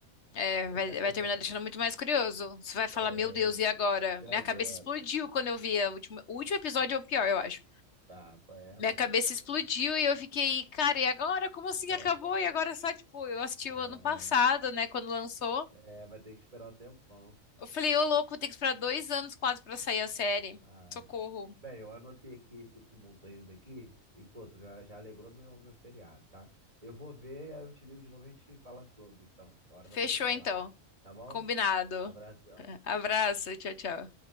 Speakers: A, on the left; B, on the right.
A: É, vai,
B: <laughs>
A: vai terminar deixando muito mais curioso. Você vai falar,
B: É,
A: meu Deus, e agora?
B: e
A: Minha
B: agora?
A: cabeça explodiu quando eu vi a última- o último episódio, é o pior, eu acho.
B: Tá, qual é,
A: Minha
B: mano?
A: cabeça
B: Pô,
A: explodiu e eu fiquei, cara, e agora? Como
B: <laughs>
A: assim acabou? E agora só, tipo, eu assisti
B: Ah,
A: o ano passado, né, quando lançou.
B: é, vai ter que esperar um tempão.
A: Eu falei, ô louco, tem que esperar dois anos quase pra sair a série.
B: Ai.
A: Socorro.
B: Bem, eu anotei aqui esse tu- montanhas aqui e, pô, tu já, já alegrou meu, meu feriado, tá? Eu vou ver, aí eu te ligo de novo e a gente fala sobre. Então, agora
A: Fechou
B: vai poder falar.
A: então.
B: Tá bom?
A: Combinado.
B: Abração.
A: Abraço, tchau, tchau.